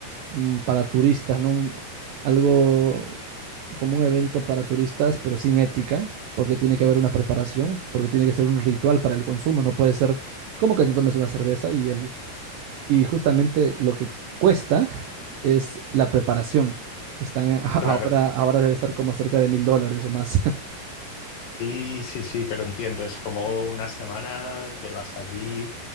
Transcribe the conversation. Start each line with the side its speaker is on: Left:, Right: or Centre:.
Right: mm, para turistas, ¿no? Un- Algo como un evento para turistas, pero sin ética, porque tiene que haber una preparación, porque tiene que ser un ritual para el consumo, no puede ser como que te tomes una cerveza y, el, y justamente lo que cuesta es la preparación. Están a- <laughs>
Left: Claro.
Right: ahora, ahora debe estar como cerca de mil dólares o más. <laughs>
Left: Sí, sí, sí, pero entiendo, es como una semana que vas allí.